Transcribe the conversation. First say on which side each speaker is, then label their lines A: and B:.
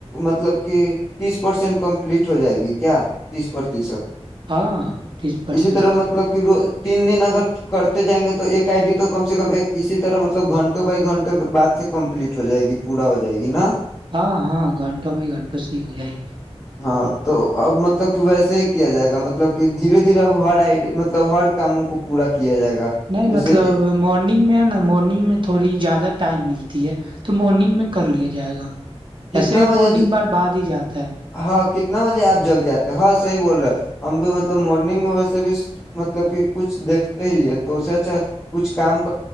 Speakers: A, on the left; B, on the right.
A: مطلب کہ تیس پرسینٹ کمپلیٹ ہو جائے گی کیا تیس پرتیشت
B: ہاں تیس پرس
A: اسی طرح مطلب
B: کمپنی
A: کہ رو تین دن اگر کرتے جائیں گے تو ایک آئی ڈی تو کم سے کم ایک <unintelligible> اسی طرح مطلب گھنٹوں بائی گھنٹے بد سے کمپلیٹ ہو جائے گی پورا ہو جائے گی نا
B: ہاں ہاں گھنٹوں بائی گھنٹوں سےی ہو جائی
A: ہاں تو اب مطلب کہ ویسے ہی کیا جائے گا مطلب کہ دھیرے دھیرے اب ہر آئی مطلب ہر کاموں کو پورا کیا جائے گا
B: نہیں
A: جیسے
B: مطلب مارننگ میں ہے نا مارننگ میں تھوڑی زیادہ ٹائم ملتی ہے تو مارنگ میں کر لیا جائے گ <unintelligible>
A: کتنا
B: ایسے بھی
A: بجے
B: مارننگ
A: ج-
B: بار بعد ہی جاتا ہے
A: ہاں کتنا بجے آپ جگ جے ہاں صحیح بول رہے ہیں ہم بھی مطلب مورننگ میں ویسے بھی مطلب کہ کچھ دیکھتے ہی ہے تو اس سے اچھا <unintelligible> کچھ کا <unintelligible>